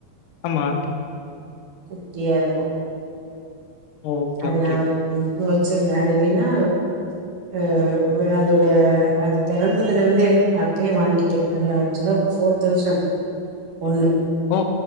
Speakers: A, on the left; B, on the right.
A: ஆமா
B: குட்டியா இருக்கு
A: ஓ! ஓகே,
B: அதன
A: ஓகே.
B: ஒரு வச்சிருந்த அது எப்படின்னா அ அதோட அது பிறந்ததுல இருந்தே அப்படியே வாங்கிட்டே அது ஆக்சுவலா ஃபோர் தௌசண்ட் ஒன்னு
A: ஓ!